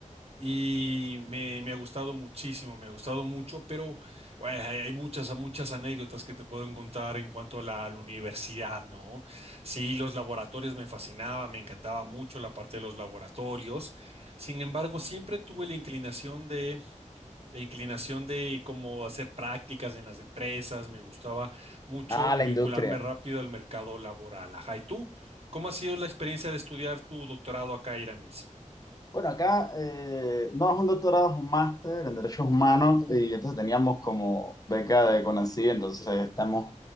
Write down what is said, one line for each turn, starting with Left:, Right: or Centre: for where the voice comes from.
Right: Y me, me ha gustado muchísimo, me ha gustado mucho, pero bueno, hay hay muchas, muchas anécdotas que te puedo contar en cuanto a la, a la universidad, ¿no? Sí, los laboratorios me fascinaba, me encantaba mucho la parte de los laboratorios. Sin embargo, siempre tuve la inclinación de, la inclinación de cómo hacer prácticas en las empresas, me gustaba mucho
Left: Ah,
Right: y
Left: la
Right: vincularme
Left: industria.
Right: rápido al mercado laboral. Ajá, ¿y tú? ¿Cómo ha sido la experiencia de estudiar tu doctorado acá, Iramis?
Left: Bueno, acá eh, no es un doctorado, es un máster en derechos humanos y entonces teníamos como beca de CONACYT, entonces estamos